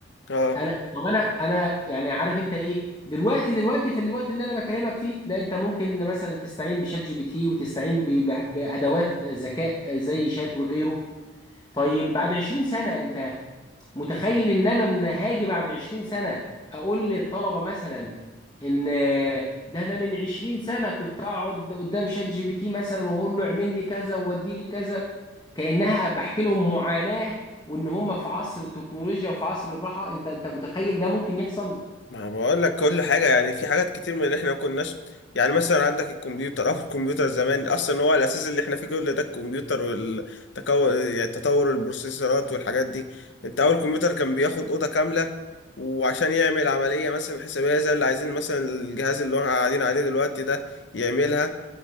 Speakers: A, on the left; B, on the left.
A: اه
B: انا طب انا انا يعني عارف انت ايه دلوقتي دلوقتي في الوقت اللي انا بكلمك فيه لا انت ممكن مثلا تستعين بشات جي بي تي وتستعين ب- ب- بادوات ذكاء زي شات وغيره طيب بعد 20 سنه انت متخيل ان انا من هاجي بعد 20 سنه اقول للطلبه مثلا ان ده انا من 20 سنه كنت اقعد قدام شات جي بي تي مثلا واقول له اعمل لي كذا وودي لي كذا كانها بحكي لهم معاناه وان هم في عصر التكنولوجيا وفي عصر الراحه انت انت متخيل ده ممكن يحصل
A: ما بقول لك كل حاجة يعني في حاجات كتير من اللي احنا ما كناش يعني مثلا عندك الكمبيوتر او الكمبيوتر زمان اصلا هو الاساس اللي احنا فيه كل ده الكمبيوتر والتكو... يعني تطور البروسيسورات والحاجات دي انت اول كمبيوتر كان بياخد اوضة كاملة وعشان يعمل عملية مثلا حسابية زي اللي عايزين مثلا الجهاز اللي احنا قاعدين عليه دلوقتي ده يعملها